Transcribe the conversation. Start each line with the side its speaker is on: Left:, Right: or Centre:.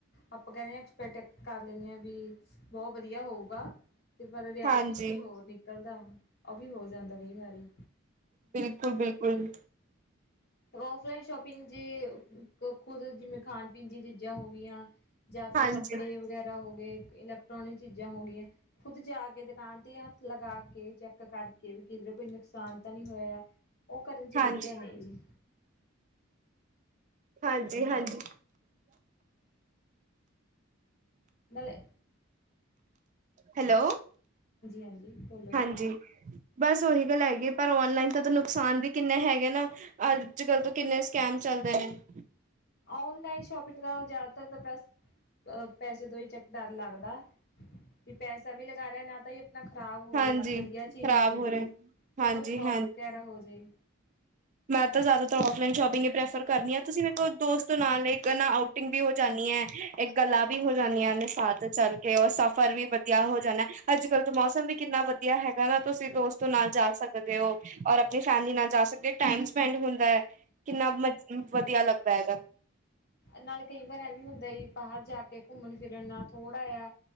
Left: ਆਪਾਂ ਕਹਿੰਦੇ ਹਾਂ ਐਕਸਪੈਕਟ ਕਰ ਲੈਂਦੇ ਹਾਂ ਵੀ, ਬਹੁਤ ਵਧੀਆ ਹੋਊਗਾ ਤੇ ਪਰ ਰਿਐਲਟੀ
Right: ਹਾਂਜੀ
Left: ਚ ਕੁਛ ਹੋਰ ਨਿਕਲਦਾ। ਉਹ ਵੀ ਹੋ ਜਾਂਦਾ ਕਈ ਵਾਰੀ।
Right: ਬਿਲਕੁਲ- ਬਿਲਕੁਲ।
Left: ਫਲਾਈਨ ਸ਼ੋਪਿੰਗ ਜੇ ਖੁਦ, ਜਿਵੇਂ ਖਾਣ- ਪੀਣ ਦੀ ਚੀਜ਼ਾਂ ਹੋ ਗਈਆਂ। ਜਾਂ ਫੇਰ
Right: ਹਾਂਜੀ
Left: ਕੱਪੜੇ ਵਗੈਰਾ ਹੋ ਗਏ, ਇਲੈਕਟ੍ਰੋਨਿਕ ਚੀਜ਼ਾਂ ਹੋ ਗਈਆਂ। ਖੁੱਦ ਜਾ ਕੇ, ਦੁਕਾਨ ਤੇ ਹੱਥ ਲਗਾ ਕੇ ਚੈੱਕ ਕਰਕੇ, ਵੀ ਕਿਧਰ ਕੋਈ ਨੁਕਸਾਨ ਤਾਂ ਨਹੀਂ ਹੋਇਆ। ਉਹ ਕਰਨ ਚ
Right: ਹਾਂਜੀ
Left: ਵਧੀਆ ਨੇ ਜੀ।
Right: ਹਾਂਜੀ- ਹਾਂਜੀ।
Left: ਨਾਲ ਲੇ,
Right: ਹੈਲੋ
Left: ਹਾਂਜੀ ਬੋਲੋ
Right: ਹਾਂਜੀ,
Left: ਜੀ
Right: ਬਸ ਉਹੀ ਗੱਲ ਹੈਗੀ, ਪਰ ਔਨਲਾਈਨ ਦਾ ਤਾਂ ਨੁਕਸਾਨ ਵੀ ਕਿੰਨੇ ਹੈਗੇ ਨਾ। ਅੱਜ ਕੱਲ ਤੋਂ ਕਿੰਨੇ ਸਕੈਮ ਚੱਲਦੇ ਨੇ।
Left: ਔਨਲਾਈਨ ਸ਼ੋਪਿੰਗ ਨਾਲ ਜੈਦਾਤਰ ਤਾਂ ਪਸ ਅ ਪੈਸੇ ਦੋ ਈ ਚੱਕ ਡਰ ਲੱਗਦਾ, ਵੀ ਪੈਸਾ ਵੀ ਲਗਾ ਰਿਹਾ ਨਾ ਤਾਂ ਹੀ, ਨਾ ਖ਼ਰਾਬ ਹੋਵੇ,
Right: ਹਾਂਜੀ
Left: ਵਧੀਆ
Right: ਖ਼ਰਾਬ
Left: ਚੀਜ਼ ਮਿਲ
Right: ਹੋ
Left: ਜਾਏ
Right: ਰਹੇ ਹਾਂਜੀ
Left: ਨਾ ਕੋਈ ਫਰੋਡ
Right: ਹਾਂਜੀ
Left: ਵਗੈਰਾ ਹੋ ਜਾਵੇ।
Right: ਮੈਂ ਤਾਂ ਜ਼ਿਆਦਾਤਰ ਔਫਲਾਈਨ ਸ਼ੋਪਿੰਗ ਹੀ ਪ੍ਰੈਫਰ ਕਰਨੀ ਹਾਂ। ਤੁਸੀਂ ਮੇਰੇ ਕੋ ਦੋਸਤ ਨਾਲ, ਨਾ ਆਊਟਿੰਗ ਵੀ ਹੋ ਜਾਂਣੀ ਏ, ਇੱਕ ਗੱਲਾਂ ਵੀ ਹੋ ਜਾਂਦੀਆਂ ਨੇ ਸਾਥ ਚੱਲ ਕੇ, ਔਰ ਸਫ਼ਰ ਵੀ ਵਧੀਆ ਹੋ ਜਾਣਾ, ਅੱਜ ਕੱਲ ਤਾਂ ਮੌਸਮ ਵੀ ਕਿੰਨਾ ਵਧੀਆ ਹੈਗਾ ਨਾ, ਤੁਸੀਂ ਦੋਸਤੋ ਨਾਲ ਜਾ ਸਕਦੇ ਹੋ। ਔਰ ਅਪਣੀ ਫੈਮਲੀ ਨਾਲ ਜਾ ਸਕਦੇ ਹੋ। ਟਾਈਮ ਸਪੈਂਡ ਹੁੰਦਾ ਹੈ, ਕਿੰਨਾ ਮਜ ਵਧੀਆ ਲੱਗਦਾ ਹੈਗਾ।
Left: ਨਾਲ ਕਈ ਵਾਰ ਐ ਵੀ ਹੁੰਦਾ ਬਾਹਰ ਜਾ ਕੇ, ਘੁੰਮਣ ਫੇਰਨ ਨਾਲ ਥੋੜਾ ਜਿਹਾ,